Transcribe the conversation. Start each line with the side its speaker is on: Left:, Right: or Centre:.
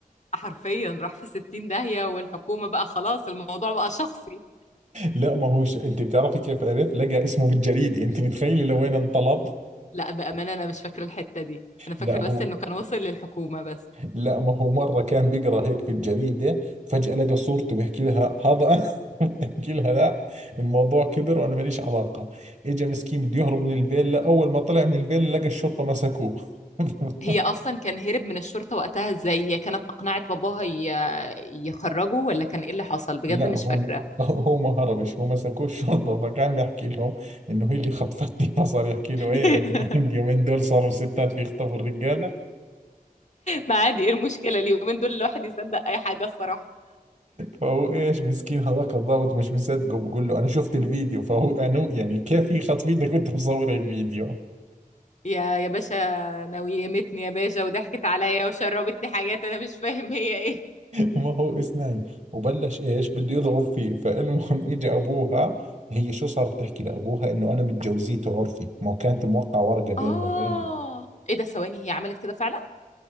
Left: حرفيا راح في 60 داهية والحكومة بقى خلاص الموضوع بقى شخصي
Right: لا ما هوش انت بتعرفي كيف عرف لقى اسمه بالجريده انت متخيله لوين انطلب
Left: لا بأمانة أنا مش فاكرة الحتة دي أنا فاكرة
Right: لا هو
Left: بس إنه كان وصل للحكومة بس
Right: لا ما هو مره كان بيقرا هيك في الجريده فجاه لقى صورته بيحكي لها هذا أنا. <laughs> بحكي لها لا الموضوع كبر وانا ماليش علاقه اجى مسكين بده يهرب من الفيلا اول ما طلع من الفيلا لقى الشرطه مسكوه <laughs>
Left: هي أصلا كان هرب من الشرطة وقتها إزاي هي كانت أقنعت باباها ي- يخرجه ولا كان إيه اللي حصل بجد
Right: لا
Left: مش
Right: هو
Left: فاكرة
Right: هو ما هربش هو مسكوه الشرطه فكان بيحكي لهم انه هي اللي خطفتني <laughs> فصار يحكي له
Left: <laughs>
Right: ايه اليومين دول صاروا الستات بيخطفوا الرجال
Left: ما عادي إيه المشكلة اليومين دول الواحد يصدق أي حاجة الصراحة
Right: فهو ايش مسكين هذاك الضابط مش مصدقه بقول له انا شفت الفيديو فهو انو يعني كيف يخطف ايدك وانت مصور الفيديو <laughs>
Left: يا يا باشا نويمتني يا باشا وضحكت عليا وشربتني حاجات أنا مش فاهم هي إيه
Right: ما هو اسناي وبلش ايش بده يضرب فيه فالمهم <laughs> اجى ابوها هي شو صارت تحكي لابوها انه انا متجوزيته عرفي ما هو كانت موقع ورقه بينه
Left: آه
Right: وبينه
Left: إيه ده ثواني هي عملت كده فعلا